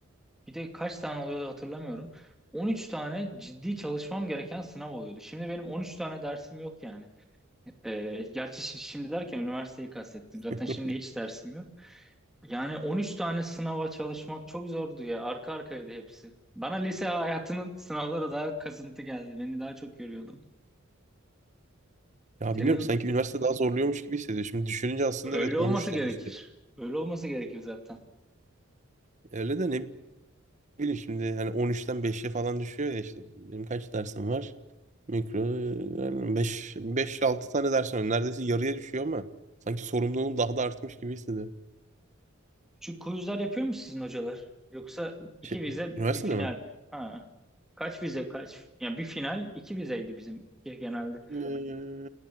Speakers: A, in the centre; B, on the right (about 35°).
A: Bir de kaç tane oluyordu hatırlamıyorum. 13 tane ciddi çalışmam gereken sınav oluyordu. Şimdi benim 13 tane dersim yok yani. Ee, gerçi şi- şimdi derken üniversiteyi kastettim. Zaten
B: <laughs>
A: şimdi hiç dersim yok. Yani 13 tane sınava çalışmak çok zordu ya. Arka arkaydı hepsi. Bana lise hayatının sınavları daha kasıntı geldi. Beni daha çok yoruyordu.
B: Ya
A: Senin
B: bilmiyorum sanki üniversite daha zorluyormuş gibi hissediyor. Şimdi düşününce aslında
A: öyle
B: evet 13
A: olması
B: tane
A: gerekir.
B: işte.
A: Öyle olması gerekir zaten.
B: Öyle de ne bileyim şimdi hani 13'ten 5'e falan düşüyor ya işte. Benim kaç dersim var? Mikro yani 5 5-6 tane dersim var. Neredeyse yarıya düşüyor ama sanki sorumluluğum daha da artmış gibi hissediyorum.
A: Küçük quizler yapıyor mu sizin hocalar? Yoksa iki
B: Şey,
A: vize
B: üniversitede
A: bir final.
B: mi?
A: Ha. Kaç vize kaç? Ya bir final iki vizeydi bizim genelde.
B: Ee,